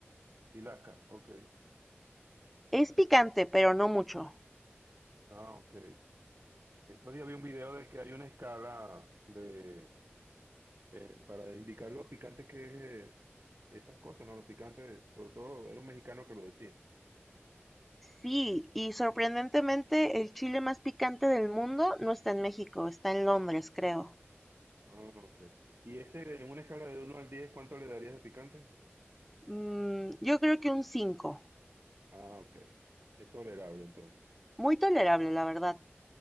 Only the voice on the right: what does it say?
Ilaca, ok.
Ah, ok. Estos días vi un video de que hay una escala de, eh, para indicar lo picante que es eh, estas cosas, ¿no? Lo picante, sobre todo era un mexicano que lo decía.
Ah, ok. ¿Y ese, en una escala de uno al 10 cuánto le darías de picante?
Ah, ok. Es tolerable entonces.